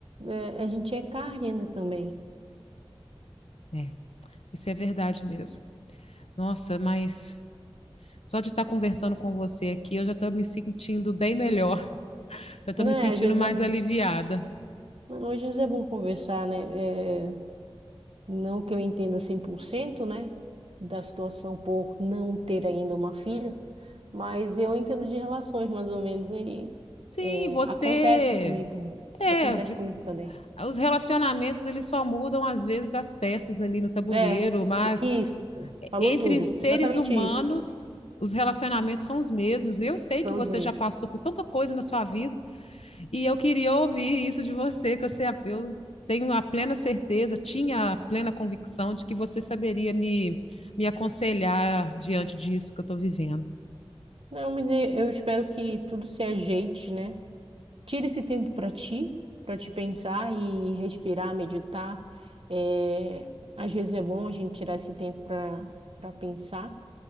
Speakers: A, on the right; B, on the left.
A: É, a gente é carne ainda também.
B: É, isso é verdade mesmo. Nossa, mas só de estar conversando com você aqui, eu já estou me sentindo bem melhor, <laughs> já estou
A: Né?
B: me sentindo
A: Às vezes
B: mais
A: é bom.
B: aliviada.
A: Às vezes é bom conversar, né? É, não que eu entenda 100%, né? Da situação por não ter ainda uma filha, mas eu entendo de relações, mais ou menos, aí
B: Sim,
A: é,
B: você.
A: acontece comigo, né?
B: É,
A: Acontece
B: de-
A: comigo também.
B: os relacionamentos eles só mudam às vezes as peças ali no tabuleiro,
A: É,
B: mas
A: isso. Falou
B: entre
A: tudo.
B: seres
A: Exatamente
B: humanos,
A: isso.
B: os relacionamentos são os mesmos. Eu sei
A: São
B: que você
A: os mesmos.
B: já passou por tanta coisa na sua vida. E eu queria ouvir isso de você, que eu, sei, eu tenho a plena certeza, tinha a plena convicção de que você saberia me, me aconselhar diante disso que eu estou vivendo.
A: Não, mas eu eu espero que tudo se ajeite, né? Tira esse tempo para ti, para te pensar e respirar, meditar. É, às vezes é bom a gente tirar esse tempo para para pensar